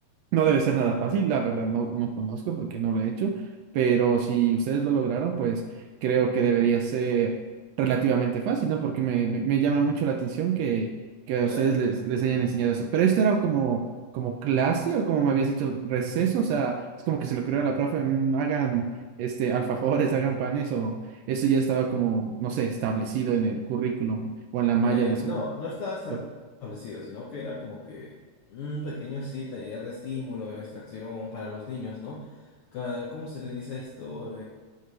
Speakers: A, on the right; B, on the left.
A: No debe ser nada fácil, la verdad no, no conozco porque no lo he hecho, pero si ustedes lo lograron, pues creo que debería ser relativamente fácil, ¿no? Porque me, me, me llama mucho la atención que, que
B: Claro,
A: a ustedes les,
B: claro.
A: les hayan enseñado eso. Pero esto era como, como clase o como me habías dicho, receso, o sea, es como que se le ocurrió a la profe, "Mm, hagan este, alfajores, <laughs> hagan panes, o eso ya estaba como, no sé, establecido en el currículum o en la malla
B: Eh,
A: de su,
B: no, no estaba establecido,
A: escuela,
B: sino que era como que un pequeño sí taller de estímulo, de distracción para los niños, ¿no? Ca- ¿Cómo se le dice esto?